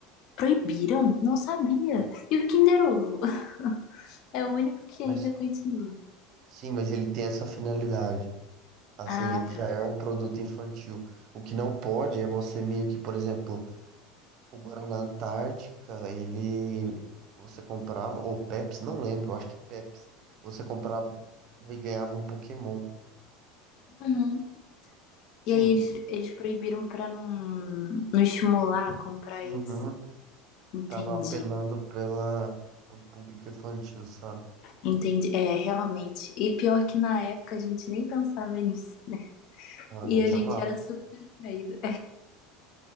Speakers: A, on the left; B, on the right.
A: Proibiram? Não sabia. E o Kinder Ovo? <laughs> É o único que
B: Mas
A: ainda continua.
B: sim, mas ele tem essa finalidade. Assim,
A: Ah,
B: ele já
A: tá.
B: é um produto infantil. O que não pode é você meio que, por exemplo, o Guaraná Antártica, ele você comprava, ou Pepsi, não lembro, acho que Pepsi. Você comprava e ganhava um Pokémon.
A: Uhum.
B: Sim,
A: E aí eles, eles proibiram pra não, não estimular a comprar
B: Uhum.
A: isso. Entendi,
B: Tava apelando pela pro público infantil, sabe?
A: entendi. É, realmente. E pior que na época a gente nem pensava <laughs> nisso, né?
B: Não,
A: E
B: a gente
A: a gente
B: amava.
A: era super atraído.